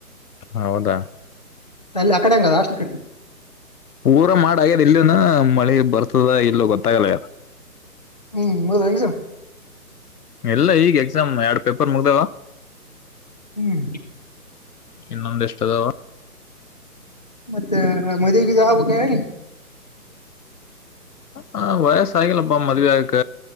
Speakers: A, on the left (about 70°); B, on the left (about 25°).
A: ಹೌದಾ
B: ತಲ್ಲಿ ಆ ಕಡೆ ಅಂಗದ ಹಾಸ್ಟೆಲ್ ಕಡೆ
A: ಪೂರಾ ಮಾಡ ಆಗ್ಯದ ಇಲ್ಲಿನ ಮಳಿ ಬರ್ತದ ಇಲ್ಲ ಗೊತ್ತಾಗಲ್ಲ ಆಗಲ
B: ಹ್ಮ್ ಮುಗಿದು ಎಕ್ಸಾಮ್
A: ಎಲ್ಲ ಈಗ ಎಕ್ಸಾಮ್ ಎರಡ್ ಪೇಪರ್ ಮುಗ್ದಾವ
B: ಹ್ಮ್
A: ಇನ್ನೊಂದ ಇಷ್ಟದಾವ
B: ಮತ್ತೆ ಮ <unintelligible> <unintelligible>
A: ಹ ವಯಸ್ಸಯಿಲ್ಲಪ್ಪಾ <unintelligible> ಮದುವಾಯಕ್ಕ